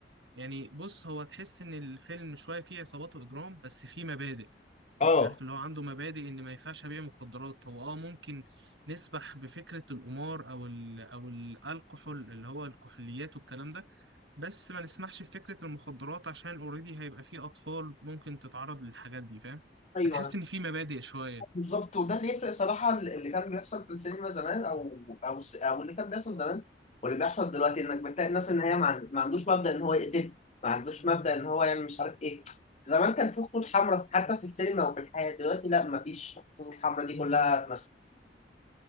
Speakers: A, on the right; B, on the left.
A: يعني بص هو تحس ان الفيلم شوية فيه عصابات واجرام بس فيه مبادئ
B: اه
A: عارف اللي هو عنده مبادئ ان ما ينفعش ابيع مخدرات هو اه ممكن نسبح بفكرة القمار او ال او الالكحول اللي هو الكحوليات والكلام ده بس ما نسمحش بفكرة المخدرات عشان اوريدي هيبقى فيه أطفال ممكن تتعرض للحاجات دي فاهم
B: ايوه
A: فتحس إن في مبادئ شوية
B: بالظبط وده اللي يفرق صراحه اللي كان بيحصل في السينما زمان او او الس- او اللي كان بيحصل زمان واللي بيحصل دلوقتي انك بتلاقي الناس ان هي ما عن- ما عندوش مبدا ان هو يقتل ما عندوش مبدا ان هو يعمل مش عارف ايه زمان كان في خطوط حمراء حتى في السينما وفي الحياه دلوقتي لا ما فيش الخطوط الحمراء دي كلها اتمسكت